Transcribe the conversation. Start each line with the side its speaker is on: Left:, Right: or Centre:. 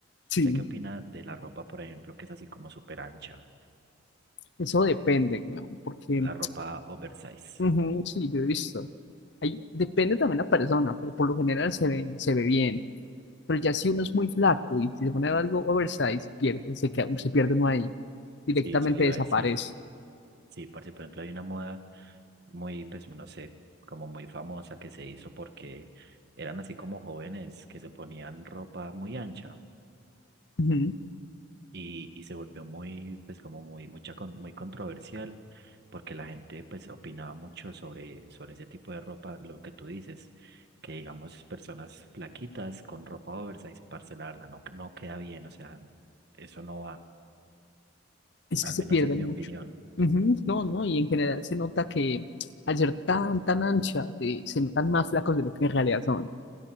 Left: Sí,
Right: ¿Sé qué opina de la ropa, por ejemplo, que es así como súper ancha?
Left: eso depende, weón, porque
Right: La ropa oversize.
Left: Ujú, sí, yo he visto. Ahí depende también la persona, pero por lo general se ve, se ve bien. Pero ya si uno es muy flaco y se pone algo oversize, pierde, se queda- se pierde uno ahí. Directamente
Right: Sí, eso le iba
Left: desaparece.
Right: a decir. Sí, parce, por ejemplo, hay una moda muy, pues, no sé, como muy famosa que se hizo porque eran así como jóvenes que se ponían ropa muy ancha
Left: Ujú,
Right: y, y se volvió muy, pues, como muy, mucha, con- muy controversial porque la gente, pues, opinaba mucho sobre, sobre ese tipo de ropa, lo que tú dices, que digamos, personas flaquitas con ropa oversize, parce, la verdad, no, no queda bien, o sea, eso no va,
Left: Es
Right: al
Left: que se
Right: menos
Left: pierden
Right: es mi opinión.
Left: mucho. Ujú, No, no, y en general se nota que al ser tan, tan ancha, eh, se notan más flacos de lo que en realidad son.